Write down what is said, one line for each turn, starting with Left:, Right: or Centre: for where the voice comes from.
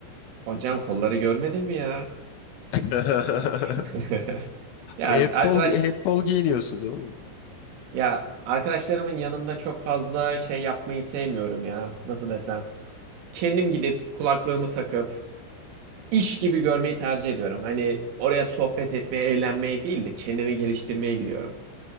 Right: Hocam kolları görmedin mi ya?
Left: <laughs>
Right: <laughs> Ya
Left: Hep
Right: arkadaş
Left: bol, hep bol giyiniyorsun değil mi oğlum?
Right: ya arkadaşlarımın yanında çok fazla şey yapmayı sevmiyorum ya. Nasıl desem? Kendim gidip kulaklığımı takıp iş gibi görmeyi tercih ediyorum. Hani oraya sohbet etmeye, eğlenmeye değil de kendimi geliştirmeye gidiyorum.